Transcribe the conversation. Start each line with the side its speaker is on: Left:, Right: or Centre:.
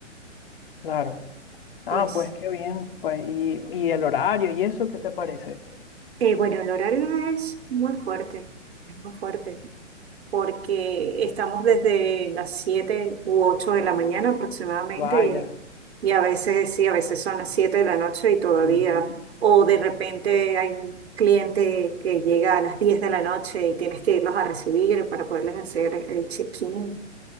Left: claro. Ah,
Right: pues,
Left: pues qué bien. Pues, y, y el horario y eso, ¿qué te parece?
Right: eh, bueno, el horario es muy fuerte, es muy fuerte. porque estamos desde las 7 u 8 de la mañana aproximadamente
Left: Vaya,
Right: y, y a veces sí, a veces son las 7 de la noche y todavía,
Left: Ujú.
Right: o de repente hay un cliente que llega a las 10 de la noche y tienes que irlos a recibir para poderles hacer el el check-in